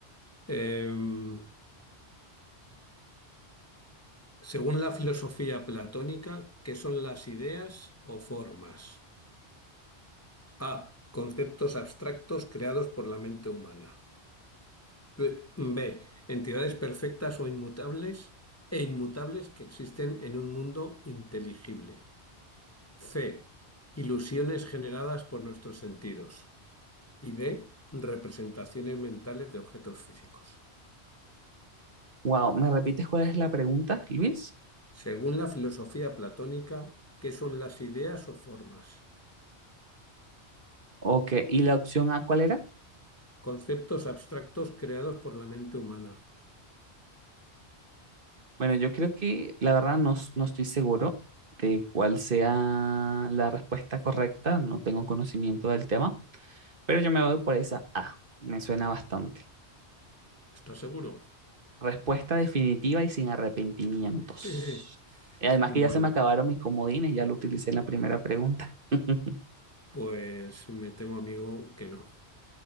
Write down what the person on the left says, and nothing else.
Em, según la filosofía platónica, ¿qué son las ideas o formas? A. Conceptos abstractos creados por la mente humana. B. B. Entidades perfectas o inmutables e inmutables que existen en un mundo inteligible. C. Ilusiones generadas por nuestros sentidos. Y D. Representaciones mentales de objetos físicos.
Según la filosofía platónica, ¿qué son las ideas o formas?
Conceptos abstractos creados por la mente humana.
¿Estás seguro?
<laughs>
Bueno,
pues me temo, amigo, que no.